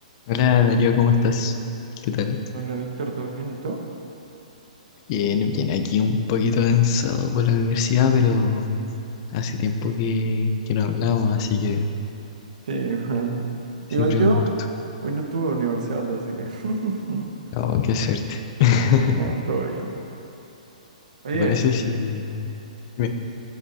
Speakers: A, on the left; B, on the right.
A: Hola Darío, ¿cómo estás? ¿Qué tal?
B: Hola Víctor, ¿todo bien? ¿Y tú?
A: Bien, bien, aquí un poquito cansado por la universidad, pero hace tiempo que, que no hablamos, así que
B: Sí, igual.
A: siempre
B: Igual yo
A: es un gusto.
B: hoy no tuve universidad, así que <laughs>
A: Oh, qué suerte. <laughs>
B: bueno, todo bien. Oye,
A: ¿Te parece si... me-